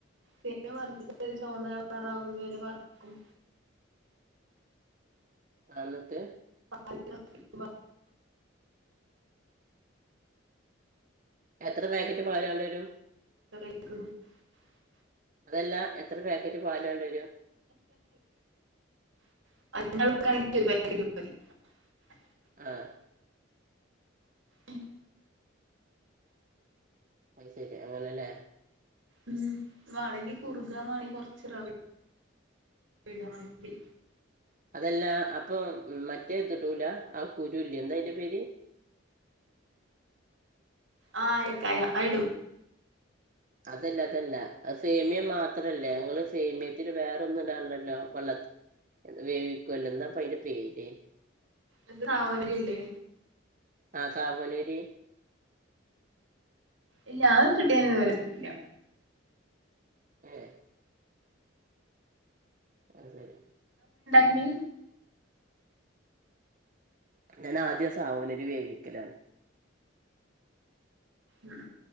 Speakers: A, on the right (about 85°); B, on the right (about 40°).
A: തേ വറത്തിട്ട ഒരു ചുമന്ത കളണറാവുന്നത്വരെ വർപ്പും
B: അന്നത്തെ്
A: അഞ്ചാൾക്കാണെങ്കിൽ
B: എത്ര പാക്കറ്റ് പാലണ്ടര
A: <unintelligible>
B: അതല്ല എത്ര പാക്കറ്റ് പാല ഉണ്ടരോ
A: അച്ണ്ടകണപ
B: ആഹ
A: ഉ
B: അ ശരി അങ്ങനല്ലേ
A: ഉം വേണെങ്കി കുറുകാൻ വേണി കൊറച്ച് റവ ട വണ്ടി
B: അതെല്ല അപ്പൊ മറ്റേ തടൂല ആ കുരു എന്താ അറെ പേര്
A: ആ് എടക്കായ ആയിടു
B: അതല്ല അതല്ല അ സേമിയം മാത്രല്ല ഞങ്ങള് സേമിയ ഒത്തിരി വേറെ ഒന്നും ഇണ്ടില്ലല്ലോ വെള്ള വേവിക്കുവല്ലോ എന്നാ പയിന്റെ പേര്
A: അത് സാവോല അല്ലേ
B: ആഹ സാാവനേരി
A: ഇല്ല അത്ും കിട്ടിയൻ ഇതു വരെട്ടില്ല
B: ഏ ആഹ ശരി
A: പി
B: ഞാൻ ആദ്യം സാഹോനര് വേവിക്കലാണ്
A: ഉം